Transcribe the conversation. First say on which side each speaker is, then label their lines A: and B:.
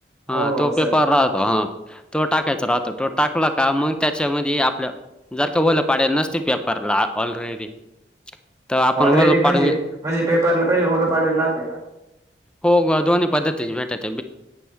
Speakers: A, in the centre; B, on the right.
A: हा
B: हो
A: तो
B: हो सर
A: पेपर राहतो हा तो टाकायचा राहतो तो टाकला का मग त्याच्यामध्ये आपलं जर का होलं पाडाल नसतील पेपरला ऑलरेडी तर आपण
B: ऑलरेडी
A: होल
B: म्हणजे
A: पाड
B: म्हणजे पेपरला पहिले होल पाडून राहतय का?
A: हो, दोन्ही पद्धतीची भेटेल.